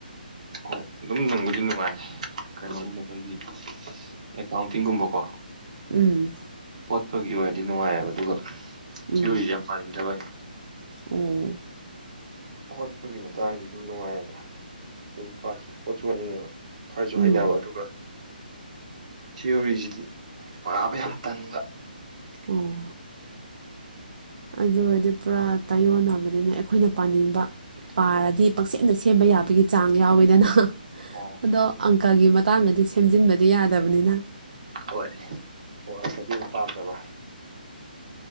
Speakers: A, on the right (about 45°); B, on the right (about 60°).
A: ꯍꯣꯏ ꯑꯗꯨꯝ ꯅꯨꯡꯕꯨꯗꯤ ꯅꯨꯡꯉꯥꯏ ꯀꯩꯅꯣꯒꯤ ꯈꯣꯏꯒꯤ ꯑꯦꯀꯥꯎꯟꯇꯤꯡꯒꯨꯝꯕꯀꯣ
B: ꯎꯝ
A: ꯍꯣꯠꯄꯒꯤ ꯑꯣꯏꯔꯗꯤ ꯅꯨꯡꯉꯥꯏꯑꯦꯕ ꯑꯗꯨꯒ
B: ꯎꯝ
A: ꯊꯤꯌꯋꯔꯤꯁꯦ ꯌꯥꯝ ꯄꯥꯅꯤꯡꯗꯕ
B: ꯑꯣ
A: ꯍꯣꯠꯄꯒꯤ ꯃꯇꯥꯡꯗꯤ ꯑꯗꯨꯝ ꯅꯨꯡꯉꯥꯏꯑꯦꯕ ꯑꯗꯨꯝ ꯄꯥ ꯍꯣꯠꯁꯨ ꯍꯣꯠꯅꯤꯡꯉꯦꯕ ꯈꯔꯁꯨ
B: ꯎꯝ
A: ꯍꯅꯕ ꯑꯗꯨꯒ ꯊꯤꯑꯣꯣꯔꯤꯁꯤꯗꯤ ꯄꯥꯕ ꯌꯥꯝ ꯇꯟꯒ
B: ꯑꯣ ꯑꯗꯨ ꯑꯣꯏꯔꯗꯤ ꯄꯨꯔꯥ ꯇꯥꯏꯌꯣꯟꯅꯕꯅꯤꯅ ꯑꯩꯈꯣꯏꯅ ꯄꯥꯅꯤꯡꯕ ꯄꯥꯔꯗꯤ ꯄꯛꯆꯦ ꯑꯗ ꯁꯦꯝꯕ ꯌꯥꯕꯒꯤ ꯆꯥꯡ ꯌꯥꯎꯋꯤꯗꯅ
A: ꯑꯣ
B: ꯑꯗꯣ ꯑꯪꯀꯒꯤ ꯃꯇꯥꯡꯗꯗꯤ ꯁꯦꯝꯖꯤꯟꯕꯗꯤ ꯌꯥꯗꯕꯅꯤꯅ
A: ꯍꯣꯏ ꯍꯣꯏ ꯐꯗꯤ ꯑꯃ ꯄꯥꯝꯖꯕ